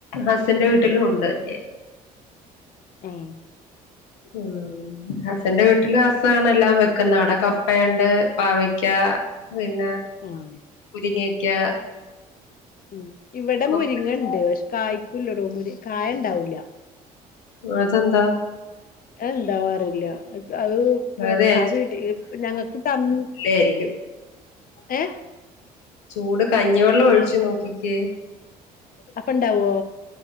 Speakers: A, on the left; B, on the left.
A: ഹസിന്റെ വീട്ടിലും
B: ഉം
A: ഉണ്ട് എ
B: ആഹ്
A: ആഹ് ഹസിന്റെ വീട്ടില് ഹസ്സാണ് എല്ലാം വെക്ക്ന്നെ അവടെ കപ്പയൊണ്ട് പാവയ്ക്ക പിന്നാ
B: ആഹ്
A: മുരിങ്ങേക്ക്യാ
B: ഉം ഇവിടെ
A: കോവക്ക
B: മുരിങ്ങണ്ട് പക്ഷെ കായ്ക്കൂല്ലടോ മുരി കായണ്ടാവൂല്ല
A: അതെന്താ
B: എന്താവോ അറീല്ല അത് വക്
A: അതെ
B: ആ വീട്ടിൽ ഞങ്ങക്കിപ്പന്ന്
A: ലേരിക്കും
B: ഏഹ്
A: ചൂട് കഞ്ഞിവെള്ളം ഒഴിച്ചു നോക്കിക്കേ
B: അപ്പ ഇണ്ടാവോ